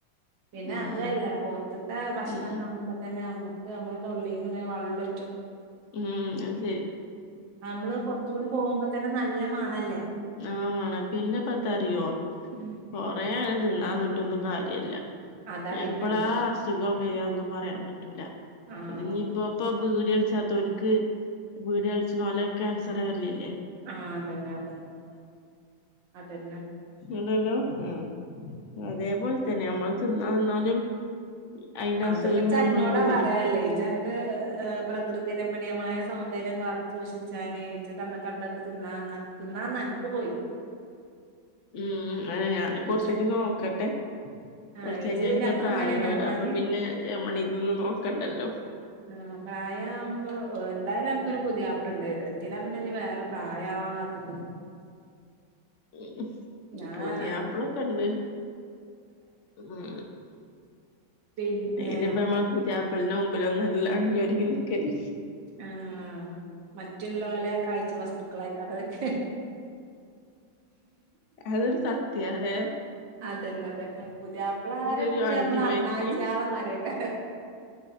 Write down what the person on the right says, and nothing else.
പിന്നെ
അതു അല്ലാ പൊർത്ത്ത്തെ ഭക്ഷണം
കാണുമ്പോ തന്നെ നമ്മക് നമ്മളെ തൊള്ളീന്ന് ഇങ്ങനെ വള്ളൊറ്റും.
നമ്മള് പൊർത്ത്കൂടെ പോവുമ്പത്തന്നെ നല്ല മണല്ലേ.
ഉം
അതാ പിന്നെള്ളത്
ആഹ്
ആഹ് അതന്നെ അതെ അതന്നെ.
അത്പ്പച്ച്
അന്നോടാ
പറയാള്ളെ ഇജ്ജന്ത് പ്രകൃതി രമണീയമായ സൗന്ദര്യം കാത്ത് സൂക്ഷിച്ചാന് ഇജക്കന്ന് കണ്ടതൊക്കെ തിന്നാന്നാ തിന്നാന്നാ ക് പോയി.
ഇജ
ആ
ഇജ്
ഞങ്ങളിങ്ങനെ
ഞാന്
ആഹ് പ്രയാവുമ്പോ എന്തായാലും അനക്കൊരു പുത്യാപ്പളെണ്ട്. എന്തിനാപ്പെഞ്ഞ് പിന്നെ പ്രായാവാൻ കാത്ത്ക്ക്ണ്.
ഞാൻ
പിന്നെ
ആഹ് മറ്റ്ള്ളോലെ കാഴ്ച്ചവസ്തു ക്കളായിക്കാണ്ട് വെച്ച്
അതന്നെ അതന്നെ പുതിയാപ്പിളാരെടുത്ത്
നമ്മള് അണ്ണാച്ചിയാളെമാരിയെക്കെ